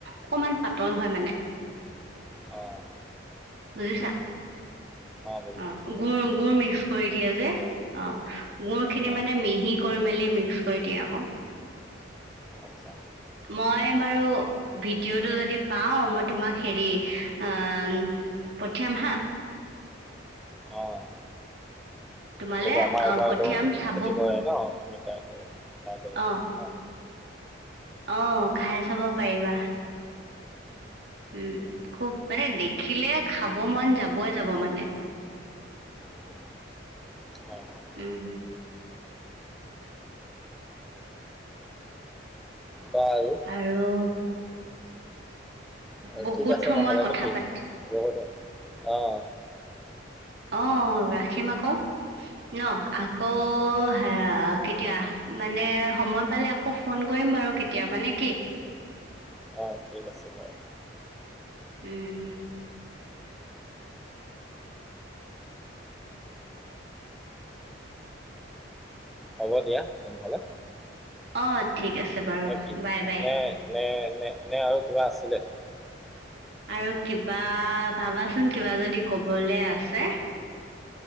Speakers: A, on the right; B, in the centre.
A: অকমান পাতল হয় মানে।
B: অঁ
A: বুজিছা
B: বুজিলোঁ
A: অঁ
B: বুজিলোঁ
A: গুৰ গুৰ মিক্স-' কৰি দিয়ে যে অ গুৰ খিনি
B: অঁ
A: মানে মিহি কৰি মেলি মিক্স কৰি দিয়ে আক। <inaudible>
B: আচ্ছা
A: মই বাৰু ভিডিঅ'টো যদি পাওঁ মই তোমাক হেৰি অ পঠিয়াম হা
B: অঁ
A: তোমালে
B: এইটো আমাৰ
A: অ
B: এবাৰতো
A: পঠিয়াম চাব
B: খেতি কৰে ন আমি ট্ৰাই ট্ৰাই কৰিব
A: অ
B: পাৰিম ন?
A: অ
B: অঁ হয়
A: খাই
B: হয়
A: চাব পাৰিবা। উম খুব মানে দেখিলে খাব মন যাবই যাব মানে।
B: উম, উম, হয় হয়
A: উম
B: বাৰু
A: আৰু
B: আহ,
A: বহুত
B: ঠিক আছে
A: সময়
B: নহ'লে
A: কথা
B: নেকি
A: পাতি
B: বহুত অঁ
A: অঁ ৰাখিম আক। ন আকৌ হা কেতিয়া মানে সময় পালে আকৌ ফোন কৰি দিম বাৰু কেতিয়াবা নেকি?
B: অ' ঠিক আছে। বাৰু!
A: উম।
B: হ'ব দিয়া তেনেহলে।
A: অ' ঠিক আছে বাৰু
B: নে কি
A: বাই বাই।
B: নে নে নে আৰু কিবা আছিলে?
A: আৰু কিবা ভাবাচোন কিবা যদি কবলৈ আছে।